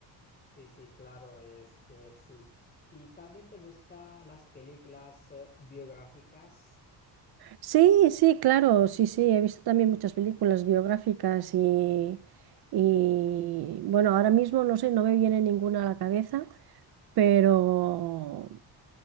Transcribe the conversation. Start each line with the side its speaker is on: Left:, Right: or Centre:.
Left: Sí, sí, claro, es que sí. ¿Y también te gustan las películas eh, biográficas?
Right: Sí, sí, claro, sí, sí, he visto también muchas películas biográficas y, y bueno, ahora mismo no sé, no me viene ninguna a la cabeza, pero